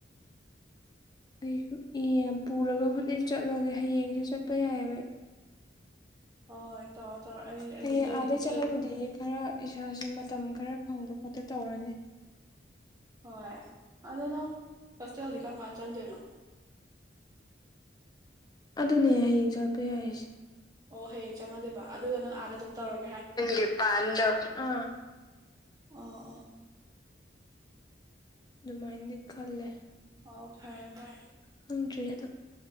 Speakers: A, on the left; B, on the right.
A: ꯑꯩꯁꯨ ꯌꯦꯡ ꯄꯨꯔꯒꯕꯨꯗꯤ ꯆꯠꯂꯒꯦ ꯍꯌꯦꯡꯁꯦ ꯆꯠꯄ ꯌꯥꯏꯑꯕ ꯑꯩ
B: ꯍꫭ ꯍꫭꯏ ꯇꯧꯔꫭ ꯇꯧꯔꫭ ꯑꯩ ꯑꯩꯗꯤ
A: ꯍꯌꯦꯡ
B: ꯗꯦꯠ
A: ꯑꯥꯗꯩ ꯆꯠꯂꯕꯨꯗꯤ
B: ꯑꯦꯠ
A: ꯈꯔ ꯏꯁꯥꯁꯦ ꯃꯇꯝ ꯈꯔ ꯐꯪꯗ ꯈꯣꯠꯇ ꯇꯧꯔꯅꯤ꯫
B: ꯍꯣꯏ ꯑꯗꯣ ꯅꯪ ꯍꯣꯁꯇꯦꯜꯗꯤ ꯀꯔꯝ ꯀꯥꯟꯗ ꯆꯪꯗꯣꯏꯅꯣ꯫
A: ꯑꯗꯨꯅꯦ ꯍꯌꯦꯡ ꯆꯠꯉꯛꯄ ꯌꯥꯏ ꯍꯥꯏꯔꯤꯁꯦ꯫
B: ꯑꯣ ꯍꯌꯦꯡ ꯆꯪꯉꯗꯣꯏꯕ ꯑꯗꯨꯒ ꯅꯪ ꯑꯥꯗ ꯑꯗꯨꯝ ꯇꯧꯔꯛ
A: ꯅꯪꯒꯤ ꯄꯥꯟꯗꯨ ꯑꯥ꯫
B: ꯑꯣ ꯑꯣ꯫
A: ꯑꯗꯨꯃꯥꯏꯅꯗꯤ ꯈꯜꯂꯦ꯫
B: ꯑꯣ ꯐꯔꯦ ꯐꯔꯦ꯫
A: ꯈꯪꯗ꯭ꯔꯦ ꯑꯗꯣ꯫